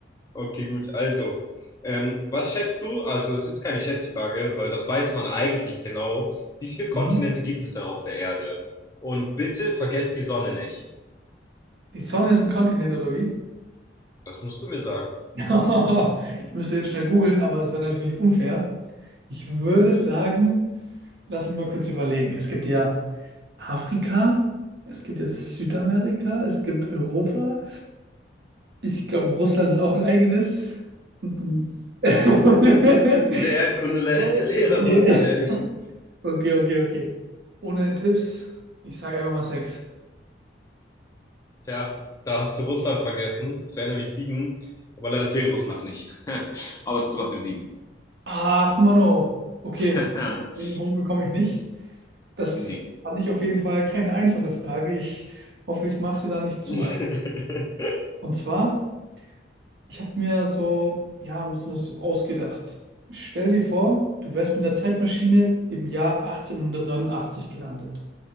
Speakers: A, on the left; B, on the right.
A: Okay, gut. Also, ähm, was schätzt du? Also, es ist keine Schätzfrage, weil das weiß man eigentlich genau. Wie viele Kontinente
B: Mhm.
A: gibt es denn auf der Erde? Und bitte vergesst die Sonne nicht.
B: Die Sonne ist ein Kontinent, oder wie?
A: Das musst du mir sagen.
B: <laughs> Ich müsste jetzt schnell googeln, aber das wäre natürlich unfair. Ich würde sagen, lass mich mal kurz überlegen. Es gibt ja Afrika, es gibt ja Südamerika, es gibt Europa. Ich glaube, Russland ist auch ein eigenes. Und- <laughs>
A: Uh, der Erdkundelehrer
B: Oh, okay.
A: <laughs> sollte dir ehrlich.
B: Okay, okay, okay. Ohne Tipps, ich sage einfach mal sechs.
A: Tja, da hast du Russland vergessen. Es wären nämlich sieben, aber leider zählt Russland nicht. <laughs> Aber es sind trotzdem sieben.
B: Ach, Mano. Okay,
A: <laughs>
B: den Punkt bekomme ich nicht. Das
A: Nee.
B: fand ich auf jeden Fall keine einfache Frage. Ich hoffe, ich mache sie da nicht zu
A: <laughs>
B: einfach. Und zwar, ich habe mir so, ja, ein bisschen was ausgedacht. Stell dir vor, du wärst mit einer Zeitmaschine im Jahr 1889 gelandet.